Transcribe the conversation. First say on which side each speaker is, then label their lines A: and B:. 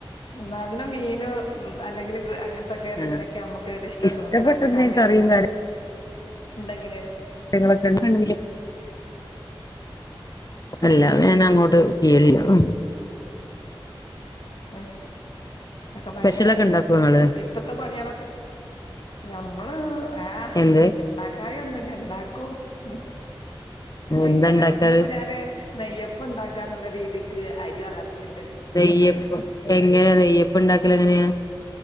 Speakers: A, on the left; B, on the left.
A: നല്ല മീനോ ഉംഅല്ലെങ്കില് ഗോ അങ്ങന ത്തൊക്കെണെങ്കിലൊക്കെ
B: ആഹ്
A: അമ്മക്ക് ഇത് ഇഷ്ടം
B: ഇഷ്ടപ്പെട്ട
A: തോന്നല്ലോ അല്ല
B: എന്തേലും
A: കറിയാളും
B: കറിയും
A: കൂട്ട ണ്ടെങ്കില്
B: <unintelligible> അല്ല വെ ഞാനങ്ങോട്ട് ചിയ്യലില്ലാ ഉം
A: അയ്ശ് അക്കെ
B: സ്പെഷ്യലൊക്കെ
A: ഭയങ്കരതന്നേണ്
B: ഉണ്ടാക്കോ ഇങ്ങള്
A: ന്നിപ്പത്തെ പണിയാളോക്കെ ഞമ്മള് ആഹ്
B: എന്ത്
A: ഇണ്ടാക്കായൊന്നുല്ല ഇണ്ടാക്കും ഉം എങ്ങനെ
B: എന്താ ഇണ്ടാക്കാറ്
A: ഇന്ന്പ്പോ ഞാന് നെയ്യപ്പണ്ടാക്കാന്നുള്ള രീതിക്ക് അരി വള്ളത്തിലി
B: നെയ്യപ്പം എങ്ങനെ നെയ്യപ്പണ്ടാക്കലെങ്ങനെയാ